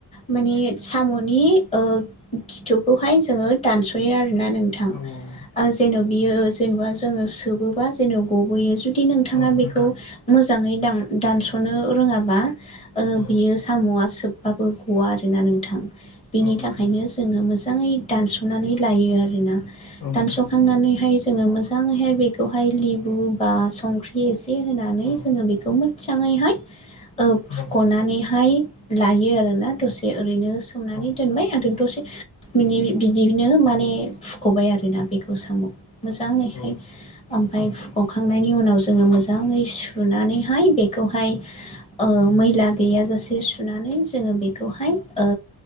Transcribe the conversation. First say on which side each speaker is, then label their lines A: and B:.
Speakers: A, on the left; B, on the left.
A: माने साम'नि खिथुखौहाय जोङो दानस'यो आरोना नोंथां
B: औ औ
A: जेन' बियो जेनेबा जोङो सोबोबा जेन' गबोयो जुदि नोंथाङा
B: औ
A: बेखौ
B: नोंथां
A: मोजाङै दानस नो नो रोङाबा
B: औ
A: बियो साम'आ सोबबाबो गवा आरोना नोंथां बिनि
B: औ नोंथां
A: थाखायनो जोङो मोजाङै दानस'नानै लायो आरोना दानस'खांनानैहाय
B: औ नोंथां
A: जोङो मोजाङैहाय बेखौहाय लेबु बा संख्रि एसे। होनानै
B: औ
A: जोङो बेखौ मोजाङैहाय।
B: औ
A: फुख'नानैहाय
B: औ नोंथां औ
A: लायो आरोना दसे ओरैनो सोमनानै
B: औ
A: दोनबाय आरो दसे। बिदिनो माने फुख'बाय आरोना बेखौ साम' मोजाङैहाय
B: नोंथां
A: फाय हखखांनायनि उनाव जोङो मोजाङै सुनानैहाय बेखौहाय। ओ
B: औ
A: मैला गैयाजासे सुनानै जोङो बेखौहाय ओ